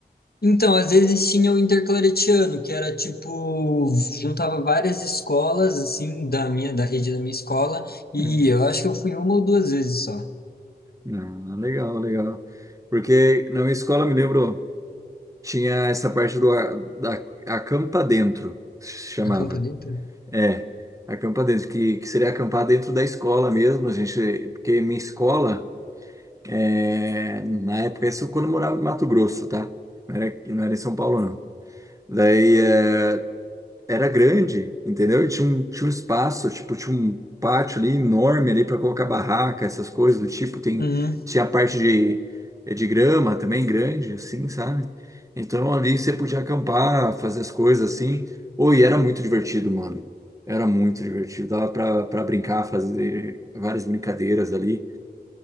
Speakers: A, on the left; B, on the right.
A: Então, às vezes tinha o interclaretiano, que era tipo, juntava várias escolas, assim, da minha, da rede da minha escola, e
B: Hum.
A: eu acho que eu fui uma ou duas vezes só.
B: Ah, legal, legal. Porque na minha escola, eu me lembro. Tinha essa parte do a- da acampa dentro, se chamava.
A: Acampa dentro?
B: É, acampa dentro, que, que seria acampar dentro da escola mesmo, a gente, porque minha escola, é, na época, isso quando eu morava no Mato Grosso, tá? Não era, não era em São Paulo, não. Daí, é, era grande, entendeu? E tinha um, tinha um espaço, tipo, tinha um pátio ali enorme ali para colocar barraca, essas coisas do tipo. Tem,
A: Uhum,
B: tinha a parte de, eh, de grama também grande, assim, sabe? Então ali você podia acampar, fazer as coisas assim. Ô, e era muito divertido, mano. Era muito divertido. Dava pra, pra brincar, fazer várias brincadeiras ali,